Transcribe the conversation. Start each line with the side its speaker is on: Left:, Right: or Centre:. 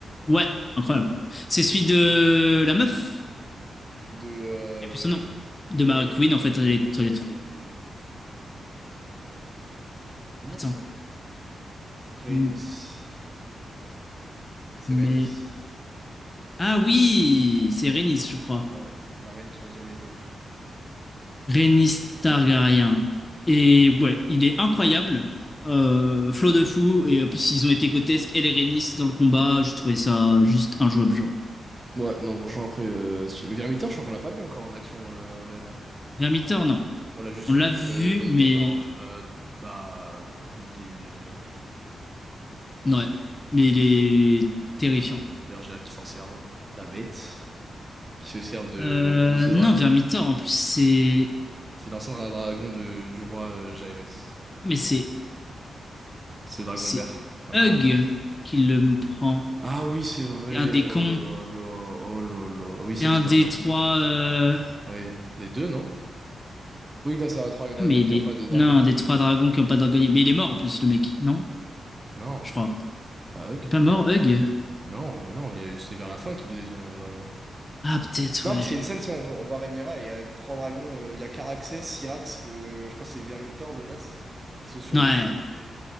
Left: Ouais, incroyable. C'est celui de la meuf.
Right: De... euh,
Left: J'ai plus son nom.
Right: Mais...
Left: De Mara Queen, en fait, elle est, elle est trop.
Right: euh, Comment
Left: Attends.
Right: ça s'appelle?
Left: M-
Right: Rhaenys? C'est
Left: Mais.
Right: Rhaenys.
Left: Ah oui! C'est Rhaenys, je crois.
Right: Ouais, la reine qu'il a jamais été.
Left: Rhaenys Targaryen. Et ouais, il est incroyable. Euh, flot de fou. Et en plus, ils ont été grotesques. Elle et Rhaenys dans le combat, je trouvais ça juste injouable, genre.
Right: Ouais, non, franchement, après, euh, si- mais Vermintide, je crois qu'on l'a pas vu encore en action euh, réellement.
Left: Vermithor, non.
Right: On l'a juste
Left: On
Right: vu
Left: l'a vu,
Right: euh, dompté
Left: mais...
Right: par, euh, bah, du coup, des démons.
Left: Ouais. Mais il est terrifiant.
Right: D'ailleurs, j'ai hâte qu'ils s'en servent. La bête, qui se sert de,
Left: Euh,
Right: de ce
Left: non,
Right: dragon.
Left: Vermithor, en plus, c'est...
Right: C'est l'ancien dra- dragon de, du roi euh, Jaerys.
Left: Ah, Mais c'est...
Right: C'est le dragon
Left: C'est
Right: vert, un
Left: Hug
Right: grand vert.
Left: qui le prend.
Right: Ah oui, c'est vrai.
Left: C'est un des
Right: Oh
Left: cons.
Right: là là, oh là là. Oui,
Left: C'est
Right: c'est
Left: un
Right: vrai que c'est dramatique.
Left: des trois... euh,
Right: Oui, les deux, non? Oui, non, c'est trois dragons
Left: Ah, Mais
Right: qui
Left: il
Right: n'ont
Left: est...
Right: pas de draconnier,
Left: Non, un des
Right: mais.
Left: trois dragons qui n'ont pas dragonnier. Mais il est mort, en plus, le mec, non?
Right: Non.
Left: Je crois.
Right: Pas Hug?
Left: Il est pas mort, Hug
Right: Non, mais non, il y a eu- c'est vers la fin qu'ils les ont, les dragons.
Left: Ah, peut-être,
Right: Non,
Left: ouais.
Right: parce qu'il y a une scène, c'est on va, on va Rhaenyra, et il y a trois dragons, euh, il y a Caraxès, Syrax, euh, je crois que c'est Vermithor le last, qui sont sur
Left: Ouais,
Right: les,